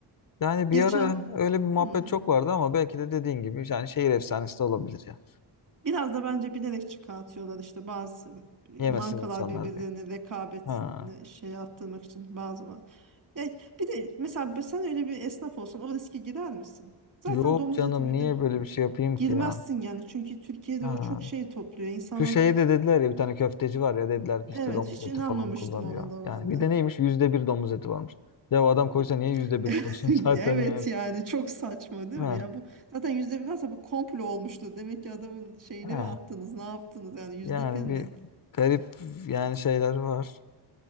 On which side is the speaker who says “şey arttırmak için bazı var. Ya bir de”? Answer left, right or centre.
Right